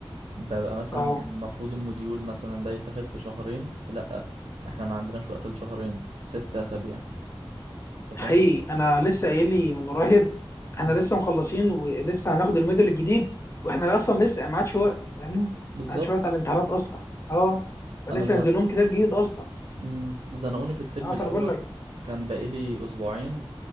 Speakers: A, on the right; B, on the left.
A: ببقى مثلا
B: أه
A: المفروض الموديول مثلا ده يتاخد في شهرين لأ احنا ما عندناش وقت لشهرين ست أسابيع انت
B: حقيقي
A: فاهم
B: أنا لسه قايل لي من قريب إحنا
A: مم.
B: لسه مخلصين ولسه هناخد الميدل الجديد وإحنا أصلا لسه ما عادش وقت فاهمني ما
A: بالظبط
B: عادش وقت على الامتحانات أصلا أه فلسه
A: انا زن...
B: ينزل لهم كتاب جديد أصلا
A: مم. زنقوني في الترم
B: أه
A: الأول
B: فأنا بقول لك
A: كان بقالي أسبوعين